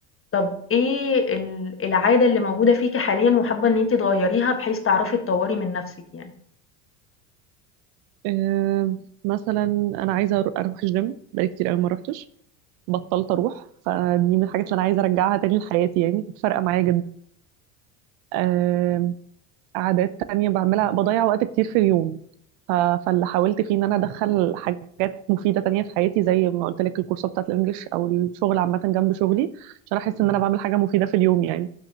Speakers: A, on the left; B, on the right.
A: طَب إيه ال العادة اللي موجودة فيكِ حاليًا وحابة إن أنتِ تغيّريها بحيث تعرفي تطوّري من نَفْسِك يعني؟
B: أه مثلا انا عايزه أرو- اروح الجيم بقالي كتير قوي ما روحتش بطلت اروح فدي من الحاجات اللي انا عايزه ارجعها تاني لحياتي يعني فرقه معايا جدا عادات تانية بعملها بضيع وقت كتير في اليوم ف... فاللي حاولت فيه ان انا ادخل حاجات مفيدة تانية في حياتي زي ما قلت لك الكورسات بتاعت الانجليش او الشغل عامة جنب شغلي عشان احس ان انا بعمل حاجة مفيدة في اليوم يعني